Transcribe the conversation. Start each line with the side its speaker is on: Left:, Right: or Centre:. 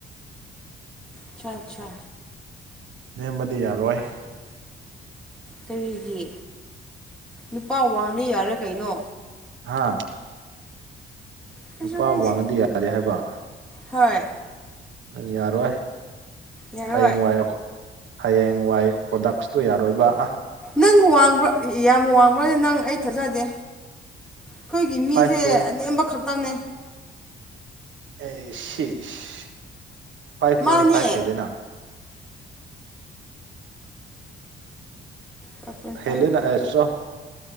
Centre: ꯑꯆꯥ ꯑꯆꯥ
Right: ꯅꯦꯝꯃꯗꯤ ꯌꯥꯔꯣꯏ
Centre: ꯀꯔꯤꯒꯤ ꯅꯨꯄꯥ ꯋꯥꯡꯉꯗꯤ ꯌꯥꯔ ꯀꯩꯅꯣ
Right: ꯍꯥ
Centre: ꯀꯩꯁꯨ
Right: ꯅꯨꯄꯥ
Centre: ꯀꯥꯏꯗꯦ
Right: ꯋꯥꯡꯉꯗꯤ ꯌꯥꯔꯦ ꯍꯥꯏꯕ
Centre: ꯍꯣꯏ
Right: ꯑꯗꯨ ꯌꯥꯔꯣꯏ
Centre: ꯌꯥꯔꯣꯏ
Right: ꯍꯌꯦꯡ ꯋꯥꯏ ꯑꯩꯈ ꯍꯌꯦꯡ ꯋꯥꯏ ꯄ꯭ꯔꯣꯗꯛꯁꯇꯨ ꯌꯥꯔꯣꯏꯕ ꯑꯥ
Centre: ꯅꯪ ꯋꯥꯡꯕ꯭ꯔꯥ ꯌꯥꯝ ꯋꯥꯡꯕ꯭ꯔꯅꯦ ꯅꯪ ꯑꯩ ꯊꯥꯖꯗꯦ ꯑꯩꯈꯣꯏꯒꯤ ꯃꯤꯁꯦ
Right: ꯐꯥꯏꯚ ꯄꯣꯏꯟ
Centre: ꯑꯅꯦꯝꯕ ꯈꯛꯇꯪꯅꯦ
Right: ꯑꯦ ꯐꯥꯏꯚ ꯄꯣꯏꯟ
Centre: ꯃꯥꯅꯦ
Right: ꯐꯥꯏꯚ ꯍꯦꯂꯦꯅꯥ
Centre: ꯐꯥꯏꯚ ꯄꯣꯏꯟ
Right: ꯍꯦꯂꯦꯅ
Centre: ꯐꯥꯏꯚ
Right: ꯑꯦ ꯆꯣ